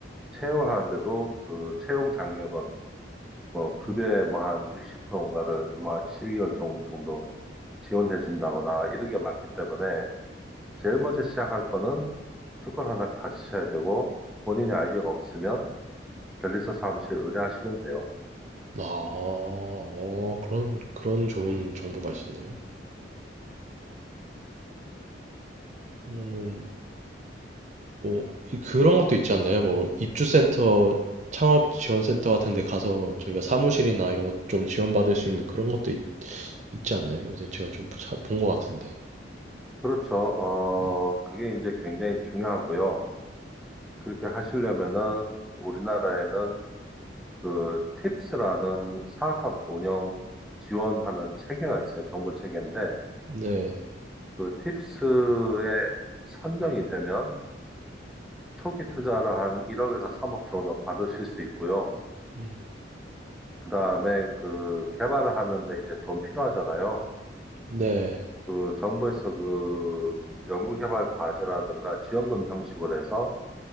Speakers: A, in the centre; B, on the right (about 40°).
A: 채용하는데도 그 채용 장려금 뭐 급여의
B: 음.
A: 뭐한 60%인가를 뭐 12개월 동안 정도 지원해 준다거나 이런 게 많기 때문에 제일 먼저 시작할 거는 특권 하나 가지셔야 되고 본인의 아이디어가 없으면 변리사 사무실에 의뢰하시면 돼요.
B: 아, 어, 그런, 그런 좋은 정보가 있었네요. 그러면은, 뭐, 이- 그런 것도 있지 않나요? 뭐, 입주센터, 창업 지원센터 같은 데 가서 저희가 사무실이나 이런 것 좀 지원받을 수 있는 그런 것도 있, 지 않나요? 요새 제가 좀 본 것 같은데.
A: 그렇죠. 어,
B: 네.
A: 그게 이제 굉장히 중요하고요. 그렇게 하시려면은 우리나라에는 그 팁스라는 스타트업 운영 지원하는 체계가 있어요. 정부 체계인데
B: 네.
A: 그 팁스에 선정이 되면 초기 투자를 한 1억에서 3억 정도 받으실 수 있고요.
B: 음,
A: 그 다음에 그 개발을 하는데 이제 돈 필요하잖아요.
B: 네.
A: 그 정부에서 그 연구개발 과제라든가 지원금 형식으로 해서